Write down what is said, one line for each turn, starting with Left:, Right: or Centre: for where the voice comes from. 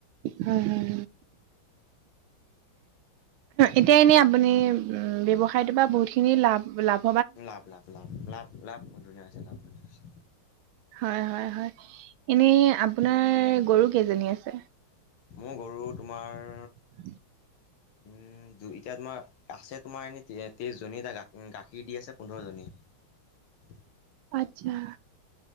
Right: হয় হয় এতিয়া এনেই আপুনি উম, ব্যৱসায়টোৰ পৰা বহুতখিনি লাভ লাভ
Left: লাভ লাভ। লাভ লাভ। লাভ ধুনীয়া হৈছে লাভ। হৈছে
Right: হয় হয় হয়। এনেই আপোনাৰ গৰু কেইজনী আছে?
Left: মোৰ গৰু তোমাৰ,
Right: <inaudible>
Left: উম দুই, এতিয়া তোমাৰ আছে তোমাৰ এনেই তেইশজনীয়ে, এতিয়া গাখীৰ দি আছে পোন্ধৰজনীয়ে।
Right: আচ্ছা।